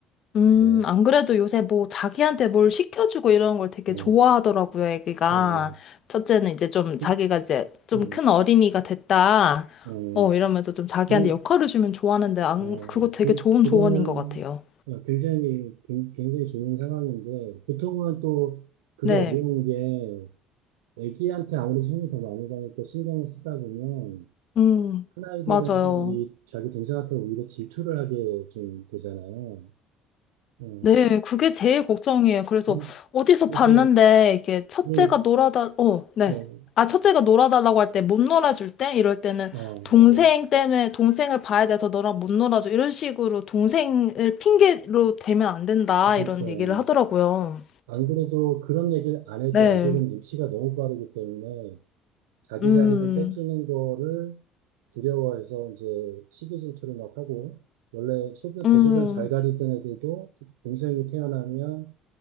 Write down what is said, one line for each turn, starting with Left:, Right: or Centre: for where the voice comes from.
Left: 음,
Right: 뭐
Left: 안 그래도 요새 뭐 자기한테 뭘 시켜주고 이런 걸 되게
Right: 어,
Left: 좋아하더라고요, 애기가.
Right: 어,
Left: 첫째는 이제 좀
Right: 그,
Left: 자기가 이제 좀
Right: 어,
Left: 큰 어린이가 됐다.
Right: 어,
Left: 어, 이러면서 좀 자기한테
Right: 그,
Left: 역할을 주면 좋아하는데, 안,
Right: 어,
Left: 그거 되게
Right: 그,
Left: 좋은
Right: 그러면
Left: 조언인 것 같아요.
Right: 어, 굉장히, 굉- 굉장히 좋은 상황인데, 보통은 또 그게
Left: 네.
Right: 어려운 게, 애기한테 아무래도 손이 더 많이 가니까 신경을 쓰다 보면,
Left: 음,
Right: 큰아이들은
Left: 맞아요.
Right: 또 이, 자기 동생한테 오히려 질투를 하게 좀 되잖아요. 어,
Left: 네, 그게 제일 걱정이에요. 그래서
Right: 음,
Left: 어디서
Right: 그래서,
Left: 봤는데 이게 첫째가
Right: 이,
Left: 놀아달, 어, 네.
Right: 어,
Left: 아, 첫째가 놀아달라고 할 때, 못 놀아줄 때? 이럴 때는
Right: 어,
Left: 동생
Right: 맞아요.
Left: 때문에 동생을 봐야 돼서 너랑 못 놀아줘. 이런 식으로 동생을 핑계로 대면 안 된다.
Right: 아, 그렇죠.
Left: 이런 얘기를 하더라고요.
Right: 안 그래도 그런 얘기를 안 해도
Left: 네.
Right: 애들은 눈치가 너무 빠르기 때문에, 자기
Left: 음,
Right: 자리를 뺏기는 거를 두려워해서 이제 시기 질투를 막 하고 원래 소변
Left: 음,
Right: 대소변 잘 가리던 애들도 동생이 태어나면